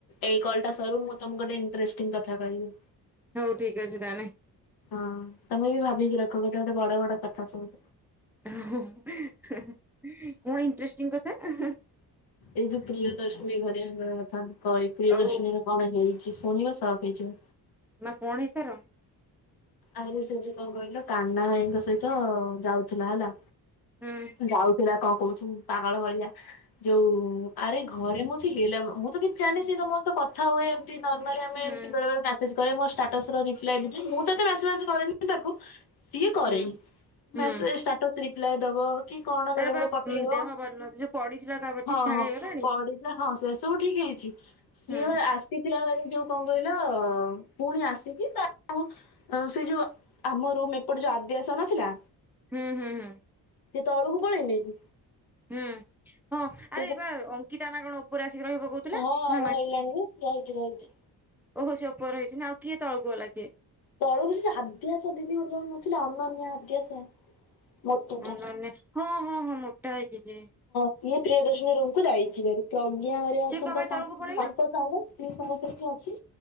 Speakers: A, on the left; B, in the centre.
A: ଏଇ କଲଟା ସରୁ ମୁଁ ତମକୁ ଗୋଟେ ଇନଷ୍ଟ୍ରେଟିଙ୍ଗ କଥା କହିବି।
B: ହଉ ଠିକ ଅଛି ତାହେନେ।
A: ହଁ ତମେ ବି ଭାବିକି ରଖ ଗୋଟେ ଗୋଟେ ବଡ ବଡ କଥା ସବୁୁ
B: କଣ ଇନଷ୍ଟ୍ରେଟିଙ୍ଗ କଥା?
A: ଏଇ ଯୋଉ ପ୍ରିୟ ଦର୍ଶିନୀ ଘରେ <unintelligible> କଥା କଇ ପ୍ରିୟ
B: ଆଉ
A: ଦର୍ଶିନୀରେ କଣ ହେଇ ଯିଏ ଶୁଣିବ ସକ ହେଇଯିବ।
B: ମା କଣ ହେଇଚି ତାର?
A: ଆରେ ସେ ଯଉ କଣ କହିଲ କାହ୍ନା ଭାଇଙ୍କ ସହିତ ଯାଉଥିଲା ହେଲା।
B: ହୁଁ
A: ଯାଉ ସେଟା କଣ କହୁଛି ପାଗଳ ଭଳିଆ ଯୋଉ ଆରେ ଘରେ ମୁଁ ଥିଲି ହେଲେ ମୁଁ ତ କିଛି ଜାଣି ସେ ସମସ୍ତେ କଥା ହୁଏ ଏମତି ନର୍ମାଲି ଆମେ
B: ହୁଁ
A: ଏମତି ବେଳେବେଳେ ମ୍ୟାସେଜ କରେ ମୋ ଷ୍ଟାଟସର ରିପ୍ଲାଏ ବି ଦିଏ ମୁଁ ତ ଏତେ ମେସେ ମେସେ କରେନି ତାକୁ ସିଏ କରେ
B: ହୁଁ ହୁଁ
A: ମେସ ଷ୍ଟାଟସ୍ ରିପ୍ଲାଏ ଦବ। କି କଣ
B: ତାର
A: ବେଳେ
B: ବା
A: ବେଳେ ପଠେଇବ
B: ଦେହ ଭଲ ନଥିଲା ଯୋଉ ପଡିଥିଲା ତାପରେ ଠିକ
A: ହଁ
B: ଠାକ
A: ହଁ
B: ହେଇଗଲାଣି
A: ପଢ଼ିଲା ହଁ ସେ ସବୁ ଠିକ ଅ ଚି ସିଏ
B: ହୁଁ
A: ବା ଆସିଥିଲା ଭାରି ଯୋଉ କଣ କହିଲ ପୁଣି ଆସିକି ତା ସବୁ ସେ ଯୋଉ ଆମ ରୁମ ଏପଟ ଯୋଉ ଆଦ୍ୟାସା ନଥିଲା।
B: ହୁଁ ହୁଁ ହୁଁ।
A: ସେ ତଳୁକୁ ପଣେଇନିକି?
B: ହୁଁ ହଁ ଆରେ
A: ଯୋଉ
B: ଏପା ଅଙ୍କିତା ନା କଣ ଉପରେ ଆସିକି ରହିବ କହୁଥିଲେ
A: ହଁ
B: ନା
A: ରହିଲାଣି
B: ନାଇଁ
A: ଯେ ରହିଛି ରହିଛି।
B: ଓହୋ ସେ ଉପର ରହିଛି ନାଁ ଆଉ କିଏ ତଳକୁ ଗଲା କିଏ?
A: ତଳକୁ ସେ ଆଦ୍ୟାସା ଦିଦି ଗୋଟେ ଜଣ ନଥିଲେ ଅନନ୍ୟା ଆଦ୍ୟାସା ମୋଟାଟା
B: ଅନଲାଇନରେ ହଁ ହଁ ହଁ ମୋଟା ହେଇକି ଯିଏ।
A: ସିଏ ପ୍ରିୟଦର୍ଶନୀ ରୁମକୁ ଯାଇଛି ଭାରି। ପ୍ରଜ୍ଞା ହରିଆ
B: ସିଏ
A: ଅଛନ୍ତି
B: କଣ ପାଇଁ ତଳକୁ ପଳେଇଲା?
A: ତାଙ୍କ ସାଙ୍ଗ ସିଏ ସମସ୍ତେ ଅଛି